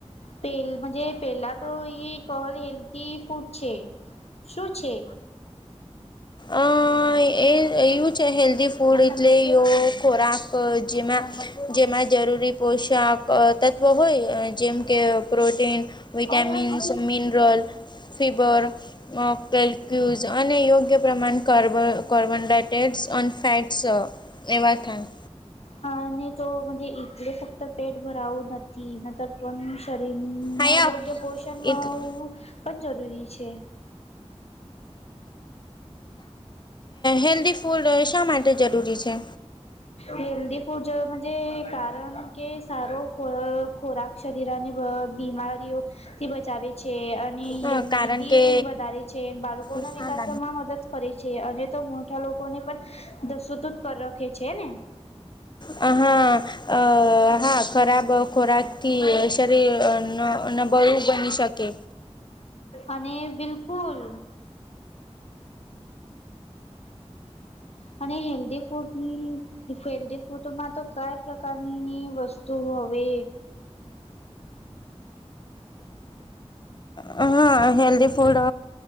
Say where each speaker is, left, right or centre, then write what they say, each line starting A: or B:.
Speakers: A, on the left; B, on the left.
A: પેલજે પેલા તો ઈ કોહલ હેલ્ધી ફૂડ છે શું છે.
B: અ એ એવું છે હેલ્ધી ફૂડ એટલે એ ખોરાક જેમાં જેમાં જરૂરી પોશાક તત્વ હોય જેમ કે પ્રોટીન વિટામિન્સ
A: હય હય દીદી
B: મિનરલ ફીવર. કેલ્ક્યુઝ અને યોગ્ય પ્રમાણે કાર્બો વન ડટેડસ ઓન ફેટ્સ એવા ખાન
A: હા અને તો મ ટલે ફક્ત પેટ ભરાવું નથી ન. <unintelligible> શરીર
B: હાય
A: ના યોગ્ય
B: આવ
A: પોષણ
B: એટલે
A: પણ જરૂરી છે.
B: હેલ્ધી ફૂડ શા માટે જરૂરી છે.
A: હેલ્દી ફૂડ કારણ કે સારો ખો ખોરાક શરીર અને બીમારીઓથી બચાવે છે અને
B: હા
A: યમિનિટી
B: કારણ કે
A: વધારે છે. છે બાળકો
B: હા
A: ના વિકાસમાં મદદ કરે છે અને તો મોટા લોકોને પણ દસુતુ કર રાખે છે. છે ને.
B: હા અ હા ખરાબ ખોરાક થી સક ટી નબળું બની શકે.
A: અને બિલકુલ. અને હેલ્ધી ફૂડ ની હેલ્ધી ફૂડમાં તો કયા પ્રકારની વસ્તુ હવે
B: હા. હેલ્ધી ફૂડ